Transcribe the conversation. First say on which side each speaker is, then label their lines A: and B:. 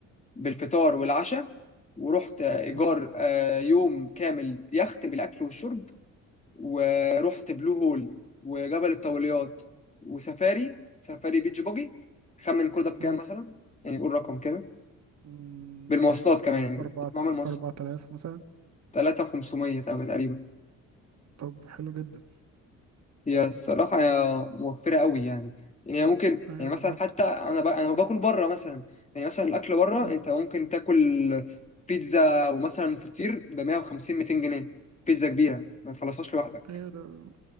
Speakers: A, on the left; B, on the right.
A: بالفطار والعشاء ورحت آه، إيجار
B: مم.
A: آه، يوم كامل يخت بالأكل والشرب ورحت بلو هول وجبل الطوليات وسفاري سفاري بيتش باجي خمن كل ده بكام
B: مم.
A: مثلا يعني قول رقم كده
B: مم.
A: بالمواصلات كمان يعني
B: أربعة
A: معمل مصر
B: أربعة آلاف مثلا
A: 3500 تقريبا
B: طب حلو جدا
A: هي الصراحة هي موفرة قوي يعني يعني هي ممكن
B: ايوه
A: يعني مثلا
B: بالظبط
A: حتى أنا ب... أنا باكل بره مثلا يعني مثلا الأكل بره
B: مم.
A: أنت ممكن تاكل بيتزا ومثلا فطير ب 150 200 جنيه بيتزا كبيرة ما تخلصهاش لوحدك
B: ايوه ده